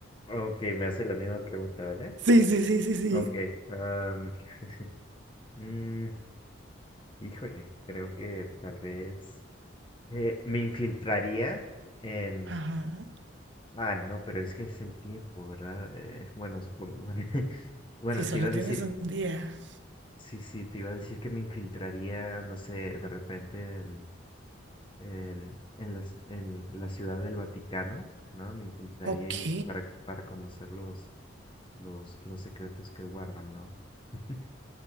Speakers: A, on the left; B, on the right.
A: Okay, me hace la misma pregunta, ¿vale?
B: Sí, sí, sí, sí, sí.
A: Okay. am, <laughs> mm, híjole, creo que tal vez eh, me infiltraría en...
B: Ajá.
A: Ay, no, pero es que es el tiempo, ¿verdad? Eh, bueno, supongo... <laughs> Bueno,
B: Si solo
A: te iba a decir
B: tienes un día.
A: Sí, sí, te iba a decir que me infiltraría, no sé, de repente en, en, en las- en la ciudad del Vaticano, ¿no? Me infiltraría
B: Ok.
A: y para, para conocer los, los, los secretos que guardan, ¿no? <laughs>